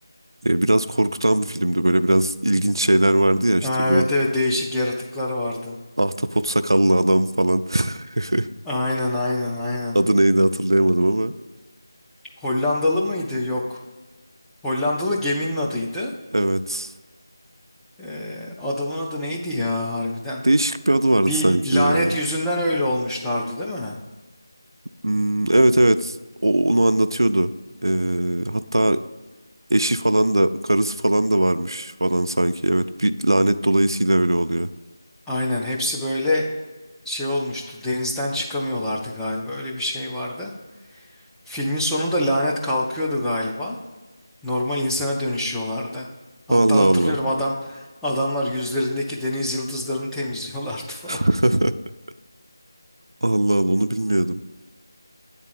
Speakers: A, on the right; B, in the centre.
A: e, biraz korkutan bir filmdi. Böyle biraz ilginç şeyler vardı ya işte
B: Ha,
A: bu
B: Evet evet değişik yaratıklar vardı.
A: Ahtapot sakallı adam falan. <laughs>
B: Aynen aynen aynen.
A: Adı neydi hatırlayamadım ama.
B: Hollandalı mıydı? Yok. Hollandalı geminin adıydı.
A: Evet.
B: Ee, adamın adı neydi ya harbiden?
A: Değişik bir adı vardı
B: Bir
A: sanki
B: lanet
A: ya.
B: yüzünden öyle olmuşlardı değil mi?
A: Hmm, evet evet. O onu anlatıyordu. Ee, hatta eşi falan da karısı falan da varmış falan sanki. Evet bir lanet dolayısıyla öyle oluyor.
B: Aynen hepsi böyle şey olmuştu. Denizden çıkamıyorlardı galiba. Öyle bir şey vardı. Filmin sonunda lanet kalkıyordu galiba. normal insana dönüşüyorlardı. Hatta
A: Allah
B: hatırlıyorum
A: Allah.
B: adam adamlar yüzlerindeki deniz yıldızlarını temizliyorlardı falan.
A: <laughs>
B: <laughs>
A: Allah Allah onu bilmiyordum.